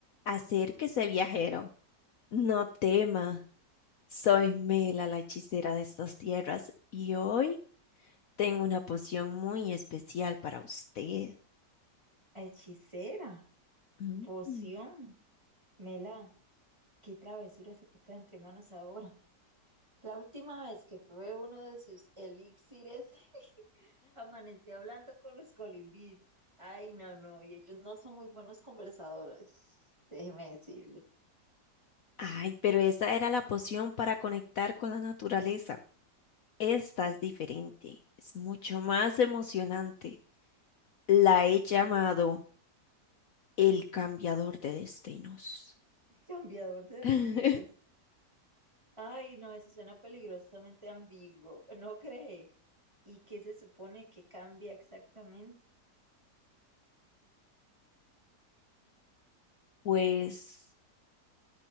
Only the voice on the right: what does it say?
Hechicera,
poción, mela, qué travesura se trae entre manos ahora. La última vez que probé uno de sus elixires, <laughs> amanecí hablando con los colibríes. Ay, no, no, y ellos no son muy buenos conversadores, <laughs> déjeme decirle.
Cambiador de
destinos. Ay, no, eso suena peligrosamente ambiguo, ¿no cree? ¿Y qué se supone que cambia exactamente?